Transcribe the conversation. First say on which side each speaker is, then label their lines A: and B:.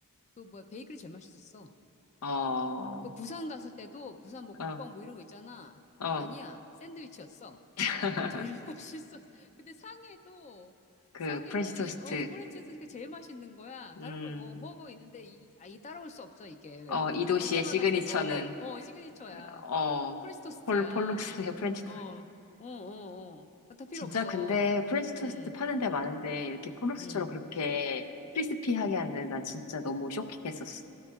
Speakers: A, on the left; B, on the left.
A: 그 뭐야 베이글이 제일 맛있었어.
B: 어,
A: 그 부산 갔을 때도 부산 뭐 국밥
B: 어,
A: 뭐 이런 거 있잖아.
B: 어.
A: 아니야 샌드위치였어.
B: <laughs>
A: 제일 <laughs> 맛있었어. 근데 상해도
B: 그
A: 상해도
B: 프렌치 토스트.
A: 이어 프랜차이즈 그 제일 맛있는 거야. 다른
B: 음,
A: 거 뭐 먹어 있는데 이 아 이 따라올 수 없어 이게.
B: 어, 이 도시의
A: 갈 때마다
B: 시그니처는
A: 먹어. 어 시그니처야.
B: 어,
A: 프렌치 토스트야.
B: 폴 폴룩스의 프렌치 토스트.
A: 어, 어, 어, 어. 아, 다 필요
B: 진짜
A: 없어.
B: 근데 프렌치 토스트
A: 음,
B: 파는 데 많은데 이렇게 폴록스처럼
A: 음.
B: 그렇게 크리스피하게 한 데는 난 진짜 너무 쇼킹했었어.